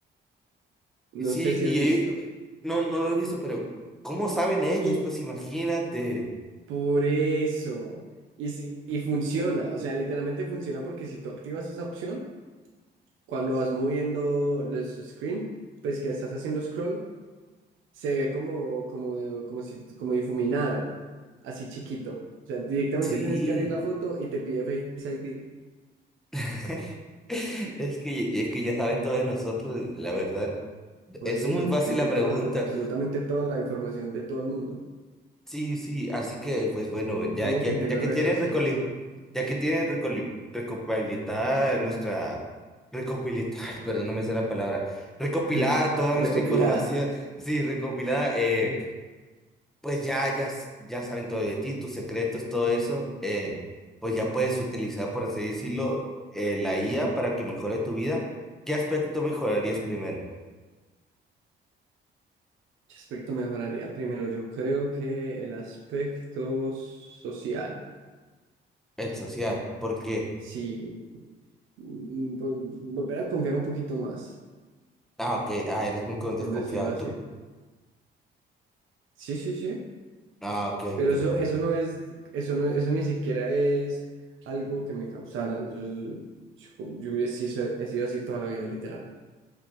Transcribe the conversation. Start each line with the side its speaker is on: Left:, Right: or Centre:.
Right: No
Centre: y Sí,
Right: sé si
Centre: y
Right: has visto.
Centre: ellos- no, no lo he visto, pero ¿cómo saben ellos?
Right: Y
Centre: Pues imagínate.
Right: por eso. Y, si- y funciona, o sea, literalmente funciona porque si tú activas esa opción, cuando vas moviendo los screen, pues que estás haciendo scroll, se ve como, como, como si, como difuminado, así chiquito. O sea, directamente
Centre: Sí.
Right: tienes que abrir la foto y te pide Face ID.
Centre: <laughs> Es que, es que ya saben todos nosotros, la verdad.
Right: Por
Centre: Es
Right: eso,
Centre: muy fácil
Right: tienen
Centre: la pregunta.
Right: toda la- absolutamente toda la información de todo el mundo.
Centre: Sí, sí, así que pues bueno, ya
Right: Todo
Centre: que,
Right: quien
Centre: ya
Right: tenga
Centre: que
Right: redes
Centre: tienen
Right: sociales
Centre: recoli- ya que tienen recoli- recopilada nuestra recopilada, <laughs> perdón, no me sale la palabra, recopilada
Right: <laughs>
Centre: toda nuestra
Right: recopilada.
Centre: información, <laughs> sí, recopilada, eh,
Right: Ujú.
Centre: pues ya, ya, s- ya saben todo de ti, tus secretos, todo eso, eh, pues ya puedes utilizar, por así decirlo, eh, la IA para que mejore tu vida. ¿Qué aspecto mejorarías primero?
Right: ¿Qué aspecto mejoraría? Primero, yo creo que el aspecto social.
Centre: El social, porque,
Right: Sí, mm, vol- volver a confiar un poquito más,
Centre: ah, ok, ah, eres muy con-
Right: por
Centre: desconfiado,
Right: decirlo así.
Centre: tú,
Right: Sí, sí, sí.
Centre: ah, ok,
Right: Pero
Centre: ok,
Right: eso,
Centre: bueno.
Right: eso no es, eso no, eso ni siquiera es algo que me causaran. Eso yo, yo hubiera sido- he sido así toda la vida, literal.